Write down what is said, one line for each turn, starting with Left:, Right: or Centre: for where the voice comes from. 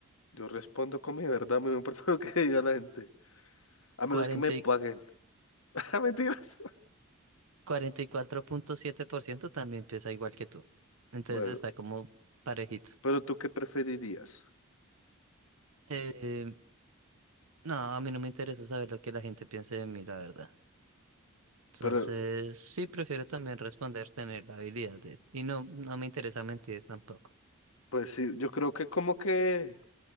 Left: Yo respondo con mi verdad, a no me importa <laughs> lo que diga la gente. A menos
Right: 40
Left: que me paguen. <laughs> Mentiras.
Right: cuarenta y cuatro punto siete por ciento también piensa igual que tú. Entonces
Left: Bueno,
Right: está como parejito.
Left: pero ¿tú qué preferirías?
Right: Eh, no, a mí no me interesa saber lo que la gente piense de mí, la verdad. Entonces,
Left: Pero,
Right: sí, prefiero también responder, tener la habilidad de... Y no, no me interesa mentir tampoco.
Left: pues sí, yo creo que como que